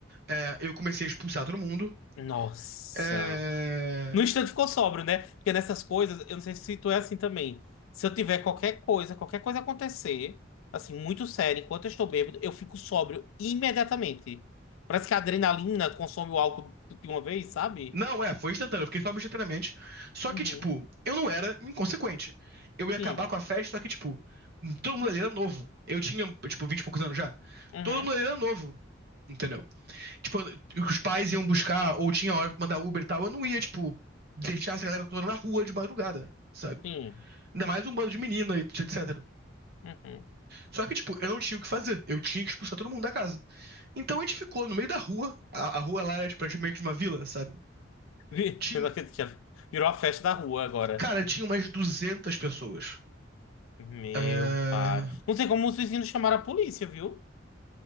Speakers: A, on the right (about 55°); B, on the left (about 80°).
A: É, eu comecei a expulsar todo mundo.
B: Nossa.
A: É,
B: No instante ficou sóbrio, né? Porque nessas coisas, eu não sei se tu é assim também. Se eu tiver qualquer coisa, qualquer coisa acontecer, assim, muito sério, enquanto eu estou bêbado, eu fico sóbrio imediatamente. Parece que a adrenalina consome o álcool de uma vez, sabe?
A: Não, é, foi instantâneo, eu fiquei sóbrio instantaneamente. Só
B: Uhum.
A: que, tipo, eu não era inconsequente. Eu ia acabar
B: Sim.
A: com a festa, só que, tipo, todo mundo ali era novo. Eu tinha, tipo, 20 e poucos anos já.
B: Uhum.
A: Todo mundo ali era novo, entendeu? Tipo, os pais iam buscar, ou tinha hora pra mandar Uber e tal, eu não ia, tipo, deixar essa galera toda na rua de madrugada, sabe?
B: Sim.
A: Ainda mais um bando de menina, e etc.
B: Uhum.
A: Só que, tipo, eu não tinha o que fazer. Eu tinha que expulsar todo mundo da casa. Então a gente ficou no meio da rua. A, a rua lá era, tipo, meio que de uma vila, sabe?
B: Vi-
A: Tinha,
B: <laughs> eu não acredito que já Virou a festa da rua agora.
A: Cara, tinha umas 200 pessoas.
B: Meu
A: Ah,
B: pai. Não sei como os vizinhos chamaram a polícia, viu?